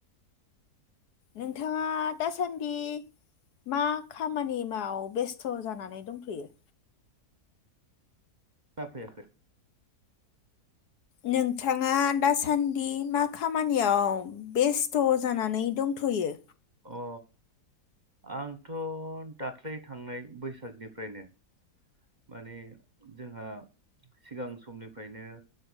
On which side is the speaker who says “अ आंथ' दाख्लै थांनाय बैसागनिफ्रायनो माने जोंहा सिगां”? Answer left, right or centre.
Right